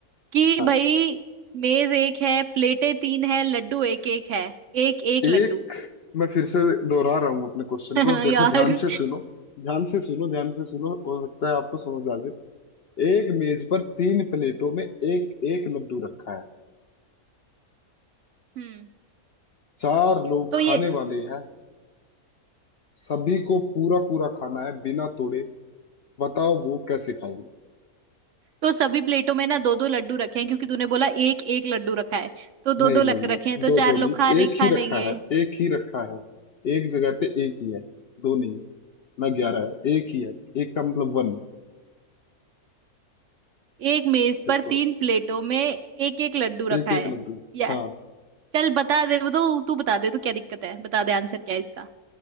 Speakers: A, on the right; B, on the left.
A: कि
B: हाँ
A: भाई मेज एक है प्लेटें तीन है लड्डू एक एक है एक एक
B: एक
A: लड्डू
B: मैं फिर से दोहरा रहा हूँ अपने क्वेश्चन
A: <laughs>
B: को देखो
A: यार
B: ध्यान से सुनो ध्यान से सुनो ध्यान से सुनो हो सकता है आपको समझ आ जाए एक मेज पर तीन प्लेटों में एक एक लड्डू रखा है
A: हम्म
B: चार लोग
A: तो ये
B: खाने वाले हैं सभी को पूरा पूरा खाना है बिना तोड़े बताओ वो कैसे खाएंगे
A: तो सभी प्लेटों में ना दो दो लड्डू रखे हैं क्योंकि तूने बोला एक एक लड्डू रखा है तो दो
B: नहीं
A: दो
B: नहीं
A: लग
B: नहीं
A: रखे हैं तो
B: दो
A: चार
B: दो
A: लोग
B: नहीं
A: खा रहे
B: एक
A: खा
B: ही
A: लेंगे
B: रखा है एक ही रखा है एक जगह पे एक ही है दो नहीं है ना ग्यारह है एक ही है एक का मतलब वन
A: एक मेज
B: देखो
A: पर तीन प्लेटों में एक एक लड्डू रखा
B: एक
A: है
B: एक लड्डू
A: या
B: हाँ
A: चल बता दे वो तो तू बता दे तो क्या दिक्कत है बता दे आंसर क्या है इसका